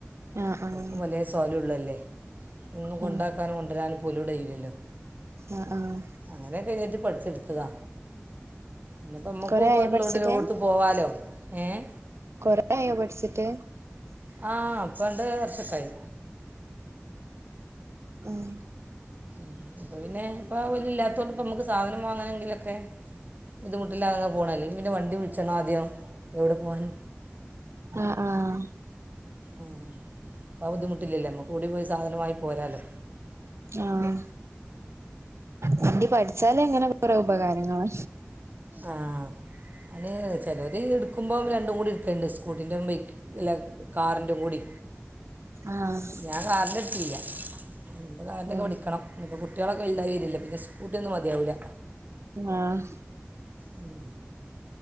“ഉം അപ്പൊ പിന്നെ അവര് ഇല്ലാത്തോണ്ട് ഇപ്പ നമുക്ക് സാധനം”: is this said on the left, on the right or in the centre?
Right